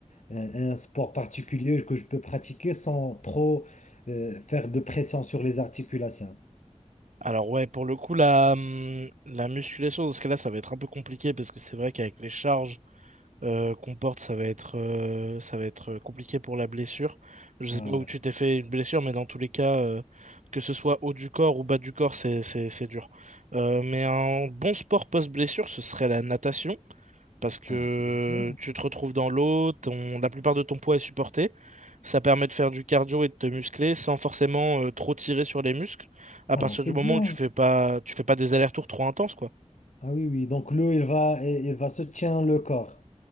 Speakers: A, on the left (about 70°); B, on the right (about 70°).
A: un, un sport particulier que je peux pratiquer sans trop euh, faire de pression sur les articulations.
B: Alors ouais, pour le coup, la, hum, la musculation, dans ce cas-là, ça va être un peu compliqué parce que c'est vrai qu'avec les charges, euh, qu'on porte, ça va être, euh, ça va être euh, compliqué pour la blessure. Je sais
A: Ah,
B: pas où
A: ouais.
B: tu t'es fait une blessure, mais dans tous les cas, euh, que ce soit haut du corps ou bas du corps, c'est, c'est, c'est dur. Euh, mais un bon sport post-blessure, ce serait la natation, parce que
A: Ah, c'est bien.
B: tu te retrouves dans l'eau, ton- la plupart de ton poids est supporté. Ça permet de faire du cardio et de te muscler sans forcément euh, trop tirer sur les muscles, à
A: Ah,
B: partir
A: c'est
B: du moment
A: bien.
B: où tu fais pas, tu fais pas des allers-retours trop intenses, quoi.
A: Ah oui, oui. Donc l'eau, il va, il va soutenir le corps.